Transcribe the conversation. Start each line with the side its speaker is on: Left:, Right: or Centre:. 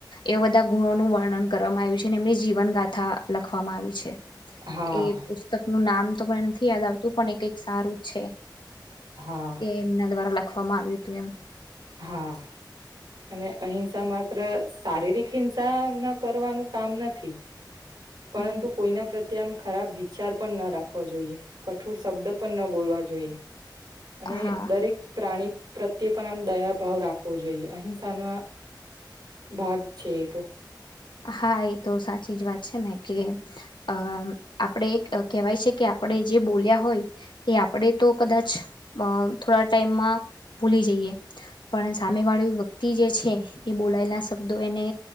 Left: એવા બધા ગુણોનું વર્ણન કરવામાં આવ્યું છે અને એમની જીવન ગાથા લખવામાં આવી છે.
Right: હા
Left: એ પુસ્તક નામ તો પણ એમ નથી યાદ આવતું પણ એ કંઈક સારું જ છે.
Right: હા
Left: એ એમના દ્વારા લખ અમા આવ્યું તું એમ
Right: હા અને અહિંસા માત્ર શારીરિક હિંસા ના કરવાનું કામ નથી. પરંતુ
Left: હમ,
Right: કોઈના પ્રત્યે આમ ખરાબ વિચાર પણ ના રાખવો જોઈએ. કઠોર શબ્દ પણ ન બોલવા જોઈએ. અને
Left: હા
Right: દરેક પ્રાણી પ્રત્યે પણ આમ દયા ભાવ રાખવો જોઈએ અહિંસાનો ભાગ છે એ તો.
Left: હા એ તો સાચી જ વાત છે ને કે અમ્ આપણેે કેહેવાય છે કે આપણે જે બોલ્યા હોય એ આપણે તો કદાચ અમ્ થોડા ટાઈમમાં ભૂલી જઈએ પણ સામે વાળી વ્યક્તિ જે છે એ બોલાયેલા શબ્દો એને